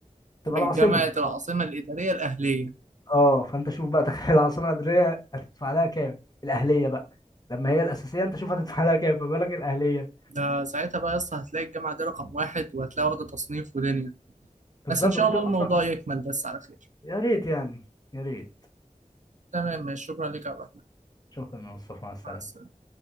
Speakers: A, on the left (about 30°); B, on the right (about 65°).
A: تبقى
B: تبقى
A: العاصمه
B: الجامعة العاصمة الإدارية الأهلية
A: اه فانت شوف بقى تخيل العاصمه الاداريه هتدفع لها كام الاهليه بقى لما هي الاساسيه انت شوف هتدفع لها كام فما بالك الاهليه
B: ده ساعتها بقى يا اسطى هتلاقي الجامعة دي رقم واحد وهتلاقي واخدة تصنيف ودنيا
A: بالظبط
B: بس إن شاء
A: ممكن
B: الله الموضوع
A: اصلا
B: يكمل بس على خير
A: يا ريت يعني يا ريت
B: تمام ماشي شكرا ليك يا عبد الرحمن
A: شكرا يا مصطفى مع السلامه
B: مع السلامة